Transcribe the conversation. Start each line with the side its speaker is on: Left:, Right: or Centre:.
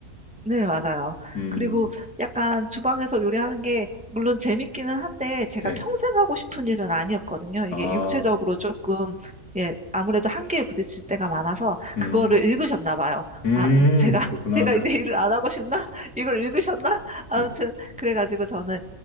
Centre: 네, 맞아요.
Left: 음,
Centre: 그리고 약간 주방에서 요리하는 게 물론 재밌기는 한데 제가
Left: 네.
Centre: 평생 하고 싶은 일은 아니었거든요. 이게
Left: 아,
Centre: 육체적으로 조금 예, 아무래도 한계에 부딪힐 때가 많아서
Left: 음,
Centre: 그거를 읽으셨나 봐요.
Left: 음,
Centre: 아, 제가 <laughs>
Left: 그렇구나.
Centre: 제가
Left: <laughs>
Centre: 이제 일을 안 하고 싶나? <laughs> 이걸 읽으셨나? 아무튼
Left: 네.
Centre: 그래가지고 저는